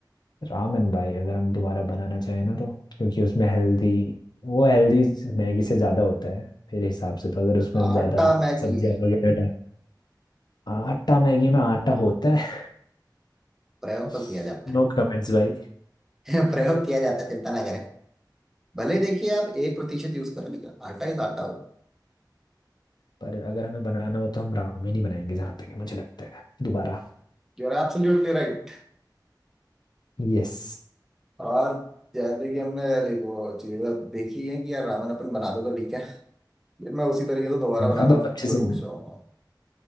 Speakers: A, on the left (about 65°); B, in the centre.
A: रामेन भाई अगर हम दोबारा बनाना चाहें ना तो क्योंकि उसमें हेल्दी वो हेल्दी मैगी से ज़्यादा होता है मेरे हिसाब से तो अगर उसमें हम
B: आटा
A: ज़्यादा
B: मैगी
A: सब्जियाँ वगैरह डाल आटा मैगी में आटा होता है
B: प्रयोग
A: <laughs>
B: तो किया जाता
A: नो कमेंट्स भाई
B: है <laughs> प्रयोग किया जाता है चिंता ना करें भले देखिए आप एक प्रतिशत यूज करें लेकिन आटा इज आटा
A: पर अगर हमें बनाना हो तो हम रामेन ही बनाएंगे जहाँ तक मुझे लगता है दोबारा
B: You are absolutely right
A: यस
B: और जैसे कि हमने देखो चीजें देखी है कि यार रावण अपन बना दूंगा ठीक है लेकिन मैं उसी तरीके से तो दोबारा बनाना
A: अब हम अच्छे
B: जरूर
A: से बना
B: चाहूंगा